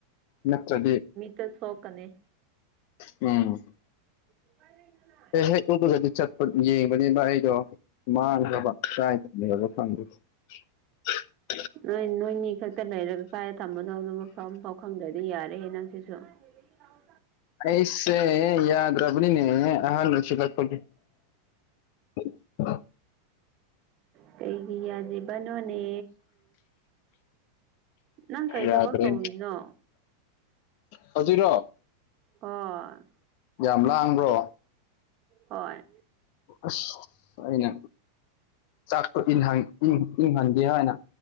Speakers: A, on the left; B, on the right.
A: ꯅꯠꯇ꯭ꯔꯗꯤ
B: ꯀ ꯁꯣꯛꯀꯅꯤ
A: ꯎꯝ
B: <unintelligible>
A: ꯑꯩ ꯍꯦꯛ ꯎꯞꯄꯒꯗꯤ ꯆꯠꯄ ꯌꯦꯡꯕꯅꯦꯅ ꯑꯩꯗꯣ ꯃꯥꯡꯈ꯭ꯔꯕ ꯀꯥꯏ ꯊꯝꯒ꯭ꯔꯕꯅꯣ ꯈꯪꯗ‌ꯦ <unintelligible>
B: ꯅꯣꯏ ꯅꯣꯏꯅꯤ ꯈꯛꯇ ꯂꯩꯔꯒ ꯀꯥꯏꯗ ꯊꯝꯕꯅꯣꯗꯨ ꯃꯐꯝ ꯐꯥꯎ ꯈꯪꯗ꯭ꯔꯗꯤ ꯌꯥꯔꯦꯍꯦ ꯅꯪꯁꯤꯁꯨ <unintelligible>
A: ꯑꯩꯁꯦ ꯌꯥꯗ꯭ꯔꯕꯅꯤꯅꯦ ꯑꯍꯥꯟꯕꯁꯨ ꯅꯠ__ <unintelligible>
B: ꯀꯩꯒꯤ ꯌꯥꯗꯔꯤꯕꯅꯣꯅꯦ ꯅꯪ ꯀꯩ
A: ꯌꯥꯗ꯭ꯔꯦ
B: ꯊꯕꯛ ꯇꯧꯔꯤꯅꯣ
A: ꯍꯧꯖꯤꯛꯔꯣ
B: ꯍꯣꯏ
A: ꯌꯥꯝ ꯂꯥꯡꯕ꯭ꯔꯣ
B: ꯍꯣꯏ
A: ꯑꯁ ꯑꯩꯅ ꯆꯥꯛꯇ ꯏꯟ ꯏꯪꯍꯟꯒ‌ꯦ ꯍꯥꯏꯅ